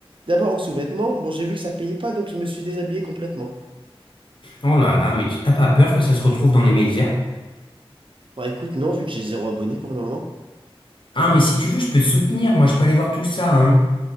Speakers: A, on the right; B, on the left.
A: D'abord en sous-vêtements. Bon, j'ai vu que ça payait pas, donc je me suis déshabillé complètement.
B: Oh là là, mais tu t'as pas peur que ça se retrouve dans les médias?
A: Bah, écoute, non, vu que j'ai zéro abonné pour le moment.
B: Ah, mais si tu veux, je peux te soutenir, moi je peux aller voir tout ça, hein.